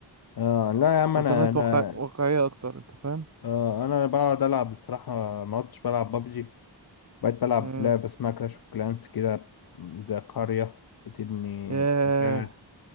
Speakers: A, on the left; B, on the right.
A: اه لا يا عم
B: فورتنايت
A: انا انا
B: واقع واقعية اكتر انت فاهم
A: آه، انا بقعد العب بصراحه ما عدتش بلعب بابجي بقيت بلعب
B: امم
A: لعبه اسمها كلاش اوف كلانس كده زي قريه بتبني
B: ياه
A: مكان